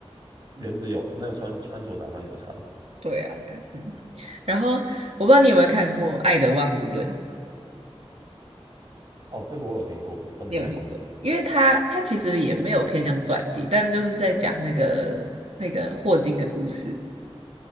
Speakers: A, on the right (about 50°); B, on the right (about 75°).
A: 颜值有那个穿穿着打扮有差。
B: 对啊，对啊，嗯。然后我不知道你有没有看过《爱的万物论》，
A: 哦，这个我有听过，但没看过。
B: 你有听过？因为他他其实也没有偏向传记，但是就是在讲那个那个霍金的故事。你